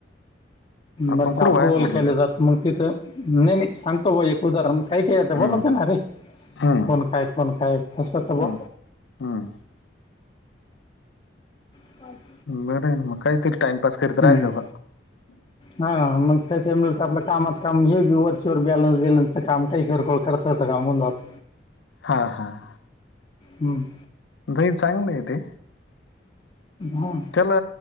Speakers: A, on the left; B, on the left.
A: आपण
B: मग ते
A: कुठं
B: अप्रुव्हल
A: वायात बोलवतो
B: केले जात मग तिथं नाही नाही सांगतो भा एक उदाहरण. काही काही आता
A: हम्म
B: बोलत ना रे
A: हम्म
B: कोण काय कोण काय फसत ब
A: हम्म हम्म
B: <inaudible>
A: बरंय न मग काहीतरी टाइमपास करत
B: हम्म.
A: राहायचं बा. -
B: हा मग त्याच्यामुळे तर आपलं कामात काम हे बी वरचेवर बॅलन्स बिलन्सच काम काही घर खर्चाचं काम होऊन जातं.?
A: <inaudible> हा
B: हम्म.
A: दही चांगलय ते.
B: हां.
A: त्याला